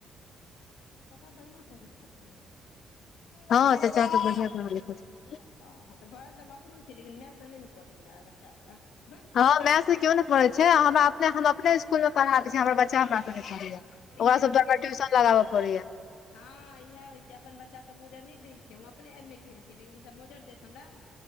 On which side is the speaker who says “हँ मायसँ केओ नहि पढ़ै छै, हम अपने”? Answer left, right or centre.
Left